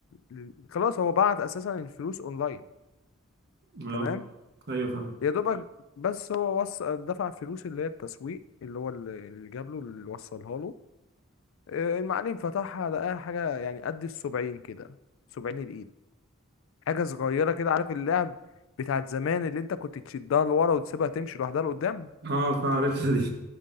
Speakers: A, on the left; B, on the right.
A: ال- خلاص هو بعت اساسا الفلوس اونلاين
B: أه
A: تمام
B: أيوه فاهم
A: يا دوبك بس هو وص... دفع فلوس اللي هي التسويق اللي هو اللي اللي جاب له اللي وصلها له آه، المعلم فتحها لقاها حاجة يعني قد السبعين كده سبعين الايد حاجة صغيرة كده عارف اللعب بتاعت زمان اللي انت كنت تشدها لورا وتسيبها تمشي لوحدها لقدام
B: اه فعرفتها دي